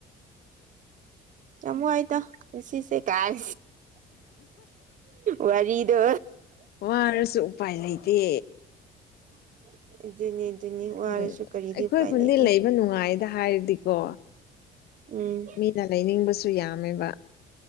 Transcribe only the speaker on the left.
ꯑ ꯋꯥꯔꯁꯨ ꯎꯄꯥꯏ ꯂꯩꯇꯦ
ꯑꯗꯨꯝ
ꯑꯩꯈꯣꯏ
ꯈꯨꯟꯗꯤ
ꯂꯩꯕ ꯅꯨꯡꯉꯥꯏ ꯍꯥꯏꯔꯗꯤꯀꯣ
ꯃꯤꯅ ꯂꯩꯅꯤꯡꯕꯁꯨ ꯌꯥꯝꯃꯦꯕ